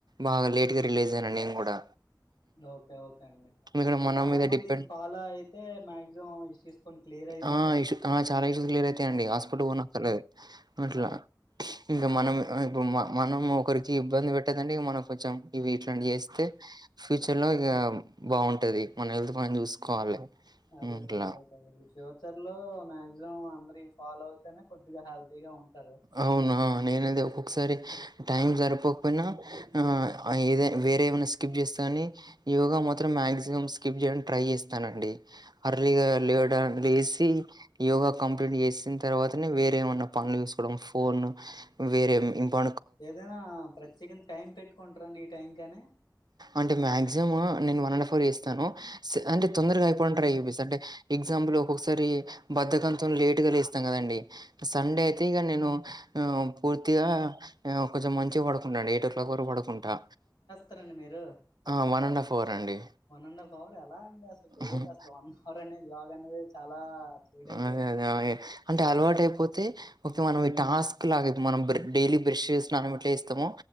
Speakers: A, on the right (about 70°); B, on the left (about 90°).
A: బాగా లేట్గా రిలీజ్ అయ్యాను నేను కూడా
B: ఓకే ఓకే అండి
A: ఇక్కడ
B: అంటే
A: మన
B: చాలా
A: మీద
B: మంది
A: డిపెండ్
B: ఇది ఫాలో అయితే మాక్సిమం ఇష్యూస్ కొన్ని క్లియర్ అయిపోతాయి
A: ఆ ఇష్యూ ఆ చాలా ఇష్యూ క్లియర్ అయితాయిండి హాస్పిటల్ ఓన్ అక్కర్లేదు అట్లా
B: అవును
A: ఇంకా మనం ఇప్పుడు మనం ఒకరికి ఇబ్బంది పెట్టదంటె ఇ మనం కొంచెం ఇవి ఇట్లాంటి చేస్తే ఫ్యూచర్ లో ఇక బాగుంటది మన హెల్త్ మనం చూసుకోవాలి
B: అదే
A: హ్మ్.
B: సార్
A: ఇట్లా
B: అదే సార్ ఇ ఫ్యూచర్ లో మాక్సిమం అందరి ఫాలో అయితేనే కొద్దిగా హెల్తీ గా ఉంటారు
A: అవునా నేనది ఒక్కొక్కసారి టైం సరిపోకపోయినా ఆ ఏద వేరే ఏమైనా స్కిప్ చేస్తే కాని యోగా మాత్రం మాక్సిమం స్కిప్ చేయనికి ట్రై చేస్తానండి అర్లీగా లేవడా లేసి యోగా కంప్లీట్ చేసిన తర్వాతనే వేరేమన్నా పనులు చూస్ కోడం ఫోన్ వేరే ఇంపా
B: ఏదైనా ఆ ప్రత్యేకి టైం పెట్టుకుంటారండి ఈ టైం కని
A: అంటే మాక్సిమమ్ నేను వన్ అండ్ ఫోర్ చేస్తాను అంటే తొందరగా అయిపోవడం ట్రై చెేసి అంటే ఎగ్జాంపుల్ ఒక్కొక్కసారి బద్దకంత లేటుగా లేస్తాం కదండి సండే అయితే ఇక నేను ఆ పూర్తిగా కొంచెం మంచిగా పడుకుంటాండి ఎయిట్ ఓ క్లాక్ వరకు పడుకుంటా
B: స్తారండి మీరు
A: ఆ వన్ అండ్ హాఫ్ అవర్ అండి
B: వన్ అండ్ హాఫ్ అవర్ ఎలా అంటే అసలు గ్రేట్
A: హ్మ్
B: అసలు వన్ అవర్ అనేది యోగా అనేది చాలా చేయడం గ్రేట్
A: అదే అదే అదే అంటే అలవాటు అయిపోతే ఓకే మనం ఈ టాస్క్ లాగా మనం డైలీ బ్రష్ స్నానం ఎట్లా ఇస్తమో